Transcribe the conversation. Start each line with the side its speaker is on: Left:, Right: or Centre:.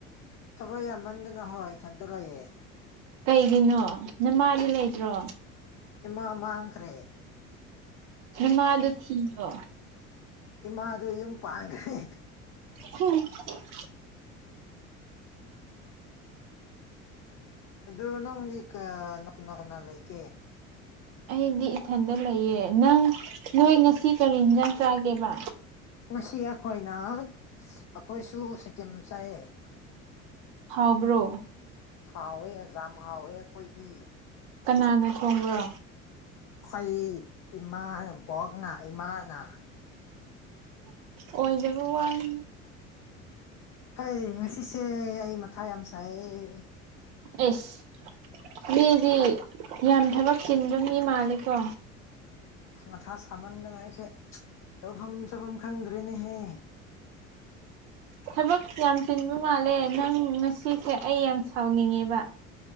Left: ꯊꯕꯛ ꯌꯥꯝꯃꯟꯗꯅ ꯍꯣꯏ ꯏꯊꯟꯇ ꯂꯩꯌꯦ
Right: ꯀꯩꯒꯤꯅꯣ ꯅꯃꯥꯗꯤ ꯂꯩꯇ꯭ꯔꯣ
Left: ꯏꯃꯥ ꯃꯥꯡꯈ꯭ꯔꯦ
Right: ꯅꯃꯗꯨ ꯊꯤꯌꯣ
Left: ꯏꯃꯥꯗ ꯌꯨꯝ ꯄꯥꯟꯈ꯭ꯔꯦ
Right: <unintelligible>
Left: ꯑꯗꯨ ꯅꯪꯗꯤ ꯀ ꯀꯅꯥ ꯀꯅꯥ ꯂꯩꯀꯦ
Right: ꯑꯩꯗꯤ ꯏꯊꯟꯗ ꯂꯩꯌꯦ ꯅꯪ ꯅꯣꯏ ꯉꯁꯤ ꯀꯔꯤ ꯌꯦꯟꯖꯥꯡ ꯆꯥꯒꯦꯕ
Left: ꯉꯁꯤ ꯑꯩꯈꯣꯏꯅ ꯑꯩꯈꯣꯏꯁꯨ ꯁꯤꯀꯤꯝ ꯆꯥꯏꯌꯦ
Right: ꯍꯥꯎꯕ꯭ꯔꯣ
Left: ꯍꯥꯎꯋꯦ ꯌꯥꯝ ꯍꯥꯎꯋꯦ ꯑꯩꯈꯣꯏꯒꯤ
Right: ꯀꯅꯥꯅꯣ ꯊꯣꯡꯕ꯭ꯔꯣ
Left: ꯑꯩꯩ ꯏꯃꯥ ꯕꯣꯛꯅ ꯏꯃꯥꯅ
Right: ꯑꯣꯏꯣꯏꯖꯕ ꯋꯥꯟ
Left: ꯍꯩ ꯉꯁꯤꯁꯦ ꯑꯩ ꯃꯊꯥ ꯌꯥꯝ ꯁꯥꯏꯌꯦ
Right: ꯑꯦꯁ ꯃꯤꯗꯤ ꯌꯥꯝ ꯊꯕꯛ ꯁꯤꯟꯗꯨꯝ ꯏ ꯃꯥꯜꯂꯦꯀꯣ
Left: ꯃꯊꯥ ꯁꯥꯃꯟꯗꯅ ꯑꯩꯁꯦ ꯇꯧꯐꯝ ꯆꯥꯐꯝ ꯈꯪꯗ꯭ꯔꯦꯅꯦꯍꯦ
Right: ꯊꯕꯛ ꯌꯥꯝ ꯆꯤꯟꯕ ꯃꯥꯜꯂꯦ ꯅꯪ ꯉꯁꯤꯁꯦ ꯑꯩ ꯌꯥꯝ ꯁꯥꯎꯅꯤꯡꯉꯦꯕ